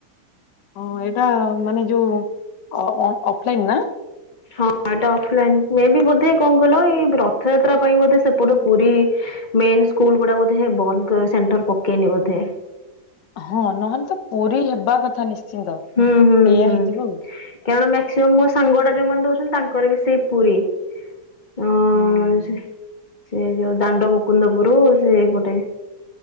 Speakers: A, on the left; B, on the left.
A: ହଁ ଏଇଟା ମାନେ ଯୋଉ ଅ ଅ ଅଫଲାଇନ ନା?
B: ହଁ ଏଟା ଅଫଲାଇନ ମେବି ବୋଧେ କଣ କହିଲ ଏଇ ରଥଯାତ୍ରା ପାଇଁ ବୋଧେ ସେପଟ ପୁରୀ ମେନ ସ୍କୁଲ ଗୁଡା ବୋଧେ ବନ୍ଦ ସେଣ୍ଟର ପକେଇନି ବୋଧେ।
A: ହଁ ନହେଲେ ତ ପୁରୀ ହେବା କଥା ନିଶ୍ଚିନ୍ତ।
B: ହୁଁ, ହୁଁ,
A: ସେଇଆ
B: ହୁଁ
A: ହେଇଥିବ
B: କାରଣ ମାକ୍ସିମମ୍ ମୋ ସାଙ୍ଗଗୁଡା ଯୋଉମାନେ ଦଉଛନ୍ତି ତାଙ୍କର ବି ସେଇ ପୁରୀ। ହଁ
A: ଆଉ।
B: ସେ ସେ ଯୋଉ ଦାଣ୍ଡ ମୁକୁନ୍ଦପୁରୁ ସେଇପଟେ